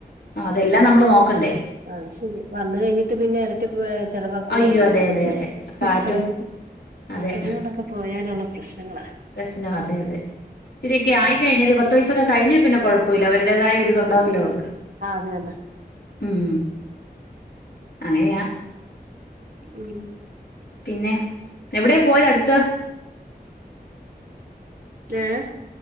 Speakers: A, on the left; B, on the right.
A: ആ അതെല്ലാം നമ്മള് നോക്കണ്ടേ
B: ആ അത് ശരിയ വന്ന് കഴിഞ്ഞിട്ട് പിന്നെ എര പറ്റി പോയാൽ ചെലവാക്കും
A: അയ്യോ
B: വേണ്ടി
A: അതെ
B: വരും
A: അതെ അതെ കാറ്റും
B: മക്കളേന്ന്
A: അതെ
B: മക്കളേന്ന് <unintelligible> ഒക്കെ പോയാലുള്ള പ്രശ്നങ്ങളാ
A: പ്രശ്നം അതെ അതെ ഇത്തിരിക്കെ ആയിക്കഴിഞാ ഒരു പത്ത് വയസൊക്കെ കഴിഞാ പിന്നെ കുഴപ് പ്പുല്ല അവരുടേതായ
B: കൊഴപ്പില്ല
A: ഒരുരിതുണ്ടാവല്ലോ അവർക്ക്
B: ആഹ് അത് തന്നെ
A: ഉം അങ്ങനെയാ
B: ഉം
A: പിന്നെ എവിടെയാ പോയത് അടുത്ത്
B: ഏഹ്